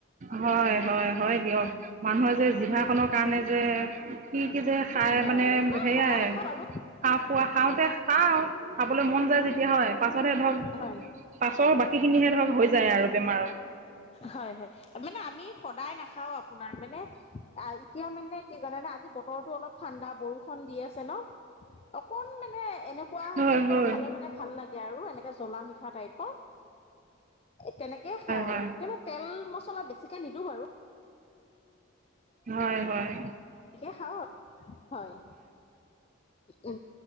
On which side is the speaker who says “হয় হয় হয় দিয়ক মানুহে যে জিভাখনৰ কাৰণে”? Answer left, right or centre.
Right